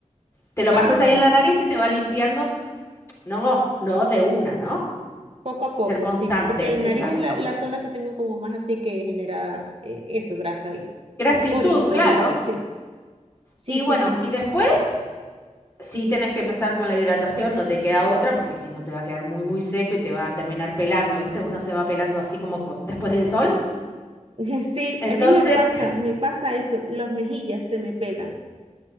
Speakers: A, on the left (about 20°); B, on the right (about 50°).
A: Te lo
B: Ajá,
A: pasas ahí en la nariz y te va limpiando. No, no de una, ¿no?
B: poco a poco,
A: Ser constante,
B: sí, porque la
A: exacto.
B: nariz es la, la zona que tengo como más así que genera eh, eso, grasa y,
A: Gratitud,
B: y poritos
A: claro.
B: y eso, sí. Sí,
A: Y
B: sí,
A: bueno,
B: sí.
A: y después. Sí tenés que empezar con la hidratación, no te queda otra, porque si no te va a quedar muy, muy seco y te va a terminar pelando, ¿viste? Uno se va pelando así como co- después del sol.
B: <laughs> Sí,
A: Entonces,
B: a mí me pasa,
A: <laughs>
B: me pasa eso, las mejillas se me pelan.